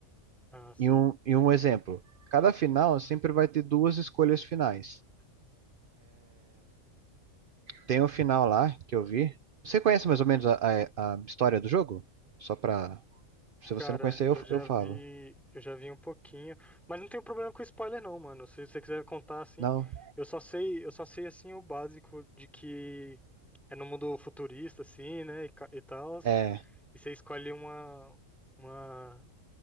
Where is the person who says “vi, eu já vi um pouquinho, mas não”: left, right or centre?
Centre